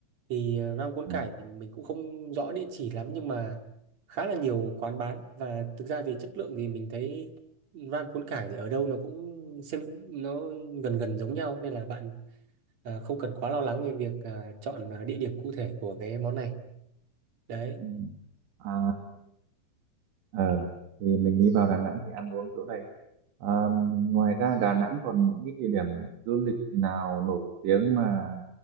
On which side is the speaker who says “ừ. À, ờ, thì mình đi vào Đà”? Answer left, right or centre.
Right